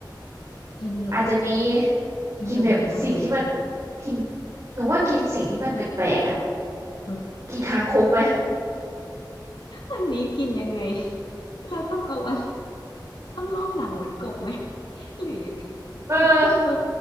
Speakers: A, on the left; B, on the right.
A: กินเหรอ
B: อาจจะมี
A: กินแบบไหนอ่ะ
B: กินแบบสิ่งที่มันกินหนูว่ากินสิ่งที่มันแปลกๆอะ
A: อื
B: กินคางคกไหม
A: มอันนี้กินยังไงเราต้องเอาอะไรต้องลอกหนังเหมือนกบไหม <laughs> หรือยังไง
B: <laughs> เออ
A: เออ